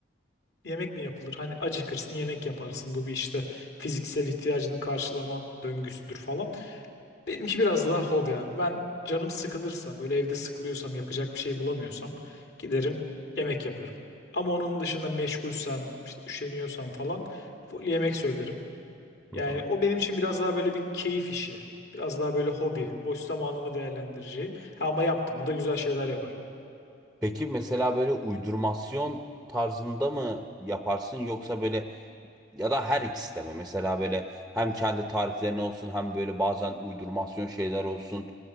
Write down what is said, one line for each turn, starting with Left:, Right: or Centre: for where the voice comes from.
Left: yemek mi yapılır? Hani acıkırsın yemek yaparsın. Bu bir işte fiziksel ihtiyacını karşılama döngüsüdür falan. Benimki biraz daha hobi abi. Ben canım sıkılırsa böyle evde sıkılıyorsam yapacak bir şey bulamıyorsam giderim yemek yaparım. Ama onun dışında meşgulsem işte üşeniyorsam falan full yemek söylerim.
Centre: Hı
Left: Yani
Centre: hı.
Left: o benim için biraz daha böyle bir keyif işi. Biraz daha böyle hobi. Boş zamanımı değerlendireceğim. Ha, ama yaptım mı da güzel şeyler yaparım.
Centre: Peki mesela böyle uydurmasyon tarzında mı yaparsın yoksa böyle Ya da her ikisi de mi? Mesela böyle hem kendi tariflerin olsun hem böyle bazen uydurmasyon şeyler olsun.